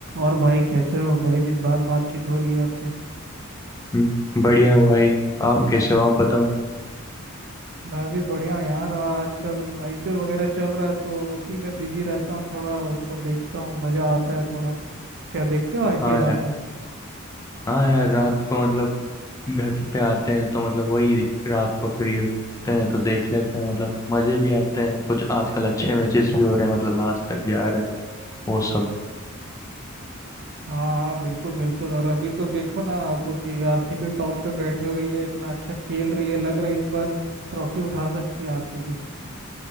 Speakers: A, on the right; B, on the left.
A: और भाई कैसे हो बड़े दिन बाद बातचीत हो रही है आपसे
B: हम्म, बढ़िया भाई आप कैसे हो आप बताओ
A: मैं भी बढ़िया हूँ यार और आजकल आईपीएल वगैरह चल रहा है तो उसी में बिजी रहता हूँ थोड़ा उसको देखता हूँ मजा आता है थोड़ा क्या देखते हो आईपीएल
B: हाँ
A: आप
B: यार
A: भी
B: हाँ यार रात को मतलब घर पे आते हैं तो मतलब वही दिख- रात को फ्री होते हैं तो देख लेते हैं मतलब मजे भी आते हैं कुछ आजकल अच्छे मैचेस भी हो रहे हैं मतलब लास्ट तक जा रहे हैं वो सब
A: हाँ हाँ बिल्कुल बिल्कुल और अभी तो देखो ना आप कि आरसीबी टॉप पे बैठे हुई है इतना अच्छा खेल रही है लग रहा है इस बार ट्रॉफी उठा सकती है आरसीबी